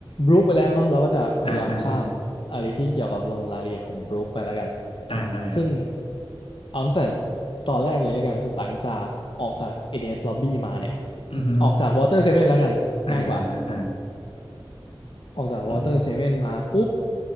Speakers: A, on the left (about 60°); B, on the left (about 80°).
A: บรูคไปแล้วเนาะเราก็จะพยายามข้ามอะไรที่เกี่ยวกับลงรายละเอียดของบรูคไปแล้วกัน
B: อ่าอ่าอ่าได้ได้ครับ
A: ซึ่งเอาตั้งแต่ตอนแรกเลยแล้วกันหลังจากออกจาก ADS Lobby มาเนี่ย
B: อือฮึ
A: ออกจาก Water Seven แล้วกันง่ายกว่า
B: อ่าอ่าอ่าอ่า
A: ออกจากวอเตอร์เซเว่นมาปุ๊บ
B: อือฮึ